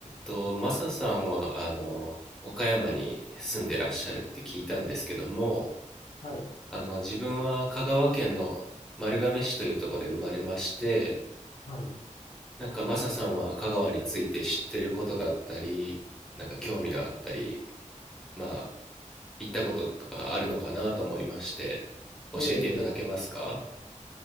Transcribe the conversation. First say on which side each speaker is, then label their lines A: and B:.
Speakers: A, in the centre; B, on the left (about 65°).
A: と、マサさんは、あの、岡山に住んでらっしゃるって聞いたんですけども、
B: はい、
A: あの、自分は香川県の丸亀市というところで生まれまして、
B: はい。
A: なんかマサさんは香川について知ってることだったり、なんか興味のあったり、まあ、行ったこととかあるのかなと思いまして、教えていただけますか
B: ええ、